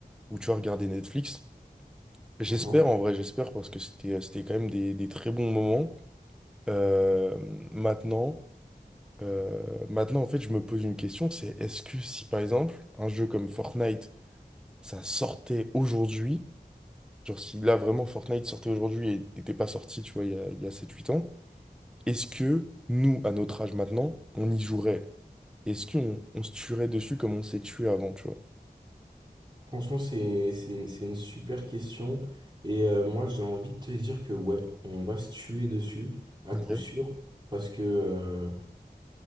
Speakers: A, in the centre; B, on the right.
A: où tu vas regarder Netflix. J'espère,
B: Mhm.
A: en vrai, j'espère, parce que c'était, euh, c'était quand même des, des très bons moments. Euh, maintenant, euh, maintenant, en fait, je me pose une question, c'est est-ce que si, par exemple, un jeu comme Fortnite, ça sortait aujourd'hui, genre si là, vraiment, Fortnite sortait aujourd'hui et n'était pas sorti, tu vois, il y a, il y a 7-8 ans, est-ce que nous, à notre âge maintenant, on y jouerait? Est-ce qu'on on se tuerait dessus comme on s'est tué avant, tu vois?
B: Franchement c'est c'est une, c'est une super question et euh, moi j'ai envie de te dire que ouais, on va se tuer dessus à
A: Ok.
B: coup sûr parce que euh,